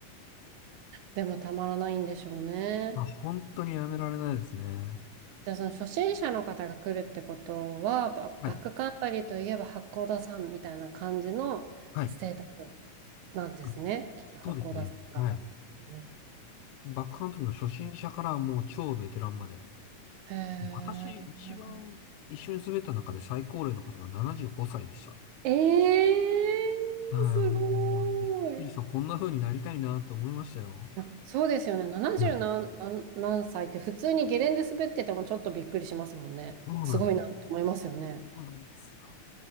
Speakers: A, on the right; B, on the left.
A: でもたまらないんでしょうね。
B: まあ、本当にやめられないですね。
A: じゃあその初心者の方が来るってことは、バ、
B: はい。
A: バックカントリーといえば八甲田山みたいな感じのステータス
B: はい。
A: なんですね。
B: うん
A: きっと八甲田山が。
B: そうですね。はい。
A: うん
B: バックカントリーの初心者からもう超ベテランまで。
A: へ
B: 私、一番一緒に滑った中で最高齢の方が75歳でした。
A: ー。え
B: はい、
A: ー、すごーい。
B: もう、びっくりした。こんな風になりたいなって思いましたよ。
A: いや、そうですよね。70何、
B: はい。
A: 何、何歳って普通にゲレンデ滑っててもちょっとびっくりしますもんね。
B: そうなんだ。
A: すごいなって思いますよね。
B: そうなんですよ。